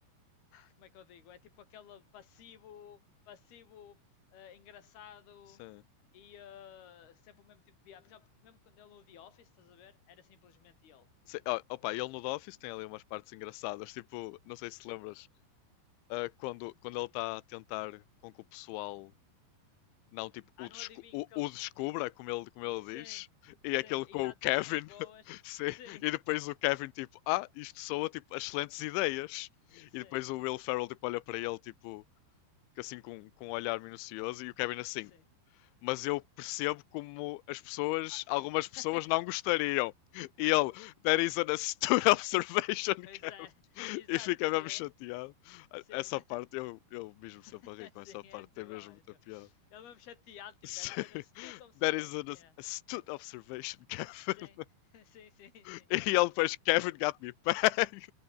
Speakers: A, on the left (about 60°); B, on the left (about 85°).
A: como é que eu digo? É tipo aquele passivo, passivo eh, engraçado
B: Sim.
A: e eh, sempre o mesmo tipo de piada. Por exemplo, mesmo quando ele no The Office, estás a ver? Era simplesmente ele.
B: Sim, ó, opa, ele no The Office tem ali umas partes engraçadas, tipo, não sei se te lembras, ah, quando, quando ele está a tentar com que o pessoal não, tipo,
A: Ah,
B: o,
A: não
B: desco-
A: adivinho
B: o-
A: o que
B: o
A: ele.
B: descubra, como ele, como ele
A: Sim,
B: diz, e
A: sim.
B: aquele com
A: E está
B: o
A: a dizer
B: Kevin,
A: coisas boas.
B: <laughs> sim,
A: Sim,
B: e
A: <laughs>
B: depois o Kevin, tipo, ah, isto soa, tipo, excelentes ideias,
A: sim,
B: e depois o Will Ferrell, tipo, olha para ele, tipo, que assim com, com um olhar minucioso, e o Kevin assim,
A: sim.
B: mas eu percebo como as pessoas,
A: Ah,
B: algumas
A: <laughs>
B: pessoas não gostariam. E ele, that is an astute <laughs> observation,
A: pois
B: Kev.
A: é, exato.
B: E fica
A: estás
B: mesmo chateado.
A: Sim,
B: Essa
A: mas...
B: parte, eu, eu mesmo
A: <laughs>
B: sempre ri com
A: sim,
B: essa
A: é
B: parte,
A: muito
B: tem mesmo
A: bom. é
B: muita
A: muito bom.
B: piada.
A: Ele mesmo chateado, tipo,
B: <laughs>
A: that's an astute observation.
B: that is an
A: Yeah.
B: astute observation, Kevin.
A: Sim, <laughs> sim, sim,
B: <laughs>
A: sim.
B: E ele depois, Kevin got me pegged.